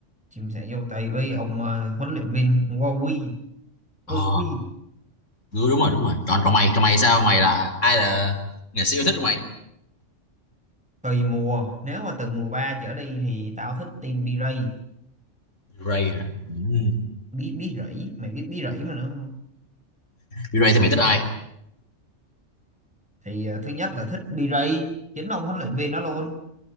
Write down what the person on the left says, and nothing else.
ờ
đúng đúng rồi đúng rồi còn còn mày còn mày sao mày là ai là nghệ sĩ yêu thích của mày
Ray hả ừ.
Ray thì mày thích ai